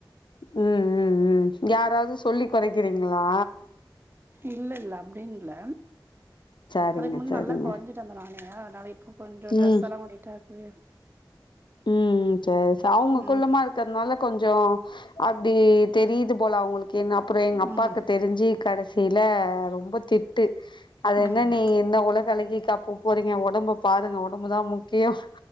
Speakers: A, on the left; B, on the right.
A: உம் உம் உம் யாராவது சொல்லி கொறை இருக்கிறீங்களா
B: இல்ல இல்ல அப்டின்ல
A: சரிங்க
B: அதுக்கு முன்ன
A: சரிங்க
B: நல்லா குறைஞ்சிட்டு இருந்தன் நானு அதனால இப்போ கொஞ்சம்
A: ம்
B: ட்ரெஸ் எல்லாம் நீடிட்டாக்குவே
A: உம் உம் சரி ச அவங்க
B: ம்
A: குள்ளமா இருக்கிறதுனால கொஞ்சம் அப்டி தெரியுது போல அவங்களுக்கு என்ன அப்புறம் எங்க அப்பாக்கு
B: ம்
A: தெரிஞ்சு கடசி சில ரொம்ப திட்டு அது
B: ம்
A: என்ன நீ என்ன உலக அழகிக்கா போபோறீங்க ஒடம்பு பாருங்க ஒடம்பு தான் முக் கியம்